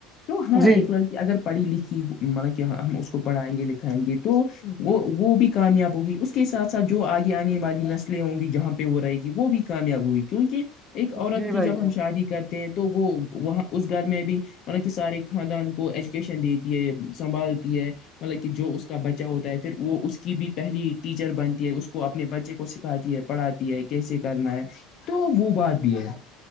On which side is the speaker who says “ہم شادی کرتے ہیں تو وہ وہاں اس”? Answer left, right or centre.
Left